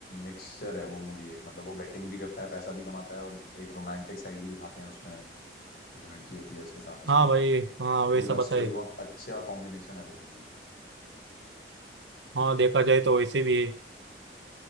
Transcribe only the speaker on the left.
मिक्सचर है वो मूवी एक मतलब वो बेटिंग भी करता है पैसा भी कमाता है और एक रोमांटिक साइड भी दिखाते हैं उसमें वो जो लड़की होती है उसके साथ उसकी
पूरी लव हाँ
स्टोरी बहुत अच्छा कॉम्बिनेशन है वो मूवी